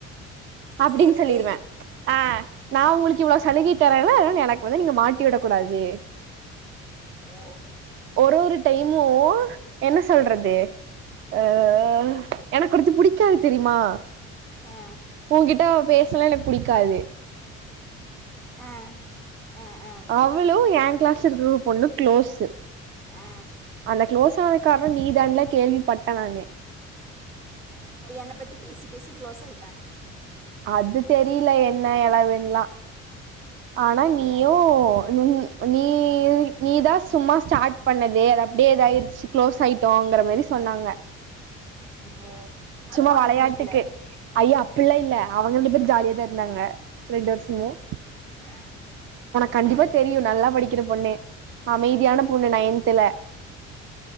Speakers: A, on the right; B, on the right.
A: அப்படின்னு
B: சேஃபு
A: சொல்லிருவேன் ஆ நான் உங்களுக்கு இவ்வளவு சலுகை தரல மொதல்ல வந்து நீங்க மாட்டி விடக் கூடாது
B: ஓ
A: ஒரு ஒரு டைமு என்ன சொல்றது அஹ எனக்கு ஒருத்து பிடிக்காது தெரியுமா
B: ஆ
A: உன்கிட்ட அவ பேசலா எனக்கு பிடிக்காது
B: ஆ ஆ ஆ
A: அவ்ளோ எ கிளாஸ் இருக்க பொண்ணு க்ளோஸ்
B: ஆ
A: அந்த க்ளோஸ் காரண நீதானல கேள்விபட்ட நானு
B: என்ன பத்தி பேசி பேசி க்ளோஸ் ஆயிட்
A: அது தெரியல என்ன எளவுன்னலா ஆனா நீயோம்
B: ஓ
A: நீ நீ நீ-நீ தாஸ் சும்மா ஸ்டார்ட் பண்ணது அது அப்டியே ஏதாயிடுச்சு க்ளோஸ் ஆயிட்டோங்கரோ மாரி சொன்னாங்க
B: ஓ அது
A: சும்மா
B: உனக்கு
A: விளையாட்டுக்கு
B: பிடிக்கல
A: ஐயா அப்படலா இல்ல அவங்க ரெண்டு பேர் ஜாலியா தான் இருந்தாங்க ரெண்டு வருஷமும்
B: அமைதியான
A: கண்டிப்பா தெரியு நல்லா படிக்கிற பொண்ணு அமைதியான பொண்ணு நயந்த்ல